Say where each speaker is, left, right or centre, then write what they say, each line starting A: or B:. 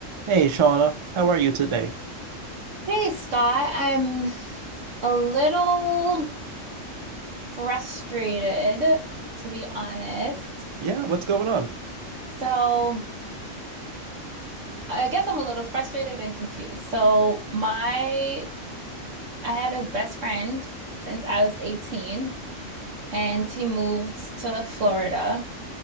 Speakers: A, on the right; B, on the right.
A: Hey, Shauna, how are you today?
B: Hey Scott, I'm a little frustrated, to be honest.
A: Yeah, what's going on?
B: So I guess I'm a little frustrated and confused. So my I had a best friend since I was 18 and he moved to Florida.